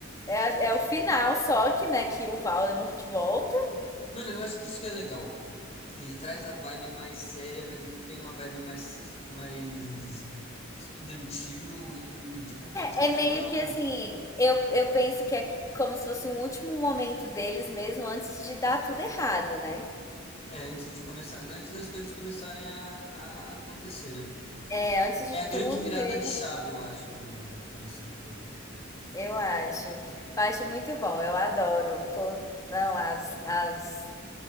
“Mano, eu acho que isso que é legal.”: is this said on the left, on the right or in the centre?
Left